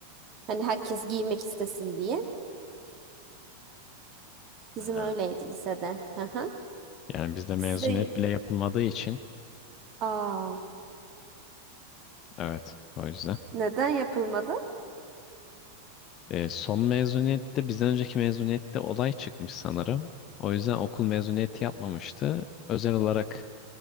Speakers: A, on the right; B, on the left.
A: Hani herkes giymek istesin diye. Bizim
B: Ha.
A: öyleydi lisede. Hı hı.
B: Yani bizde mezuniyet
A: Sizde
B: bile yapılmadığı için
A: Aa,
B: evet o yüzden.
A: neden yapılmadı?
B: E, son mezuniyette bizden önceki mezuniyette olay çıkmış sanırım. O yüzden okul mezuniyeti yapmamıştı. Özel olarak